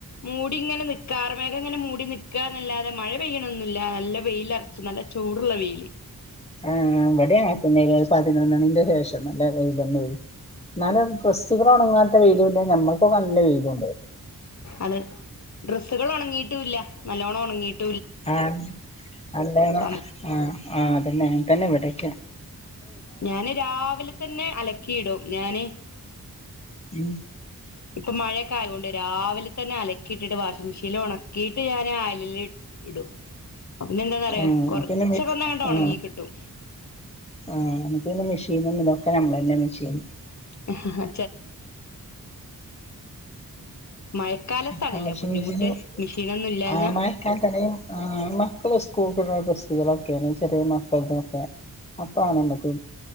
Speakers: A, on the left; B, on the left.
A: മൂടി ഇങ്ങനെ നിക്കുക, കാർമേഘം ഇങ്ങനെ മൂടി നിക്കുകന്നല്ലാതെ മഴ പെയ്യണൊന്നില്ല, നല്ല വെയിൽ ഒറച്ചു നല്ല ചൂടുള്ള വെയില്
B: ആ ഇവിടെ, പിന്നെ പതിനൊന്ന് മണിന്റെ ശേഷം നല്ല വെയില് തന്നെയ, എന്നാലും ഡ്രസ്സ്കള് ഉണങ്ങാത്ത വെയിലും ഇല്ല നമ്മക്കും നല്ല വെയിലും ഉണ്ട്.
A: അത് ഡ്രസ്സുകൾ ഉണങ്ങിട്ട് ഉണങ്ങിട്ടുവില്ല, നല്ലോണം ഉണങ്ങിട്ട്
B: ആ, അല്ല,
A: സംഭവം
B: ആ, അതന്നെയ തന്നെ ഇവിടേക്ക
A: ഞാന് രാവിലെ തന്നെ അലക്കിടും ഞാന്
B: ഉം
A: ഇപ്പ മഴൊക്കെ ആയുകൊണ്ട് രാവിലെ തന്നെ ആല ക്കിട്ടിട്ട് വാഷിംഗ മെഷീൻ ഉണക്കിയിട്ട് ഞാൻ അയലിൽ ഇടും പിന്നെ എന്താന്നറിയോ
B: ആ നമക്ക്ന്നെ
A: കൊറച്ചൊക്കെ ഒന്നങ്ങട്ട്
B: ആ
A: ഒണങ്ങി കിട്ടും
B: ആ നമക്ക്ന്നെ മെഷീന്നില്ല ക്കെ നമ്മളന്നെ വി ചെയ്യുന്നു
A: ആ മഴക്കാലത്താണല്ലേ
B: വാഷിംഗ
A: ബുദ്ധിമുട്ട്
B: മെഷീന്
A: മെഷീനൊന്നും ഇല്ലാഞ്ഞാ
B: ആ മഴക്കാ തണയും മക്കള സ്കൂൾട ികളൊക്കെ ചെറിയ മസ്തുംൊക്കെ അപ്പാണ് എക്ക്